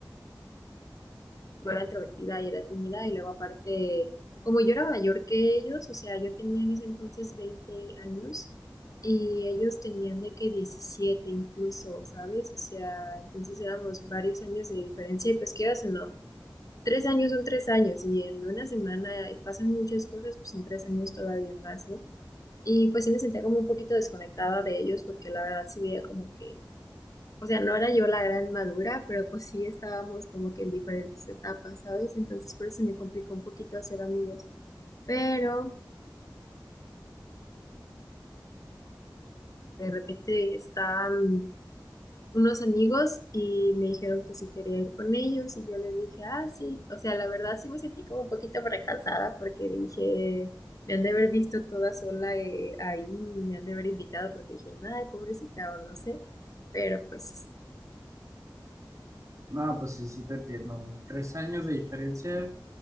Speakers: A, on the left; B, on the right.
A: yo era introvertida y era tímida y luego aparte, como yo era mayor que ellos, o sea, yo tenía en ese entonces veinte años y ellos tenían de que 17 incluso, ¿sabes? O sea, entonces éramos varios años de diferencia y pues quieras o no, tres años son tres años y en una semana pasan muchas cosas, pues en tres años todavía más, ¿no? Y pues sí me sentía como un poquito desconectada de ellos porque la verdad sí veía como que o sea, no era yo la gran madura, pero pues sí estábamos como que en diferentes etapas, ¿sabes? Entonces por eso me complicó un poquito hacer amigos. Pero de repente estaban unos amigos y me dijeron que si quería ir con ellos y yo les dije, ah, sí. O sea, la verdad sí me sentí como un poquito fracasada porque dije, me han de haber visto toda sola eh, ahí, y me han de haber invitado porque dije, ay, pobrecita o no sé. Pero pues,
B: No, pues sí, sí te entiendo. ¿no? Tres años de diferencia